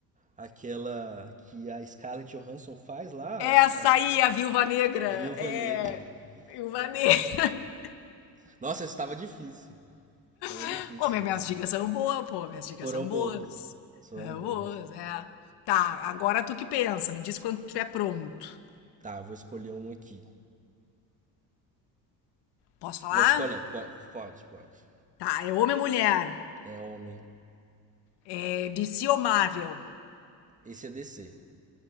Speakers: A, on the right (about 20°); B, on the left (about 75°).
A: aquela que a Scarlett Johansson faz lá,
B: Essa
A: a
B: aí, a Viúva Negra.
A: Viúva
B: É,
A: Negra.
B: Viúva
A: Ah.
B: Negra.
A: Nossa, esse tava difícil. Tava
B: <laughs>
A: difícil
B: Pô, mas minhas
A: esse.
B: dicas são boas, pô. Minhas dicas
A: Foram
B: são
A: boas.
B: boas.
A: Foram
B: É,
A: boas.
B: boas, é. Tá, agora tu que pensa. Me diz quando estiver pronto.
A: Tá, eu vou escolher um aqui.
B: Posso falar?
A: Vou escolher. po- Pode, pode.
B: Tá, é homem ou mulher?
A: É homem.
B: É DC ou Marvel?
A: Esse é DC.